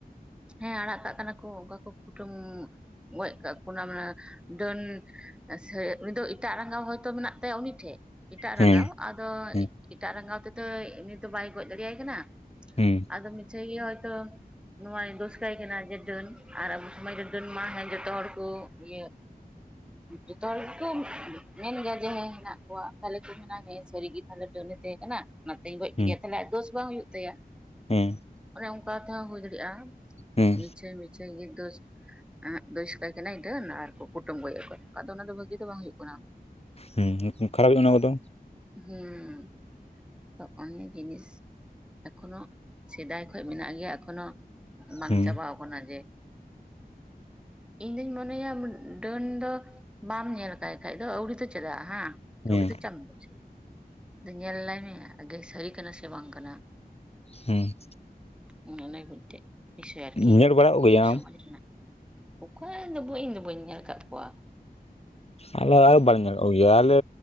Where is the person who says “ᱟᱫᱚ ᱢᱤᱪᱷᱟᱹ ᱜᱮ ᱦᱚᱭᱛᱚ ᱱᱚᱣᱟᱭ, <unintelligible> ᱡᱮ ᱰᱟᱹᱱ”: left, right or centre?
Centre